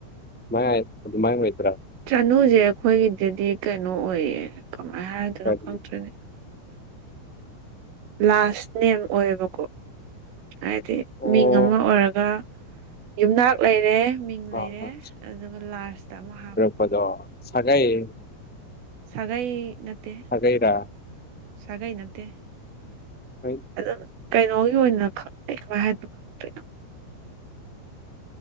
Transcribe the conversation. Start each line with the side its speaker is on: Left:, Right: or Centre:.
Centre: ꯃꯥꯏ ꯑꯗꯨ ꯃꯃꯥꯏꯡ ꯃꯣꯏꯇ꯭ꯔꯥ
Right: ꯆꯥꯅꯨꯁꯦ ꯑꯩꯈꯣꯏꯒꯤꯗꯗꯤ ꯀꯩꯅꯣ ꯑꯣꯏꯌꯦ ꯀꯃꯥꯏꯅ ꯍꯥꯏꯗꯣꯏꯅꯣ
Centre: ꯍꯥꯏꯗꯤ
Right: ꯈꯪꯗ꯭ꯔꯅꯦ꯫ ꯂꯥꯁ ꯅꯦꯝ ꯑꯣꯏꯌꯦꯕꯀꯣ ꯍꯥꯏꯗꯤ
Centre: ꯑꯣ
Right: ꯃꯤꯡ ꯑꯃ ꯑꯣꯏꯔꯒ ꯌꯨꯝꯅꯥꯛ ꯂꯩꯔꯦ ꯃꯤꯡ
Centre: ꯑ
Right: ꯂꯩꯔꯦ ꯑꯗꯨꯒ ꯂꯥꯔꯖꯇ ꯑꯃꯨꯛ ꯍꯥꯞ
Centre: ꯀꯗꯣ ꯁꯒꯥꯏ
Right: ꯁꯥꯒꯩ ꯅꯠꯇ
Centre: ꯁꯥꯒꯩꯔ
Right: ꯁꯒꯥꯏ ꯅꯠꯇ꯫
Centre: ꯍꯦꯠ
Right: ꯑꯗꯨꯝ ꯀꯩꯅꯣꯒꯤ ꯑꯣꯏꯅ ꯈꯪꯅꯩ ꯀꯃꯥꯏ ꯍꯥꯏꯅꯣ ꯈꯪꯗꯣꯏꯅꯣ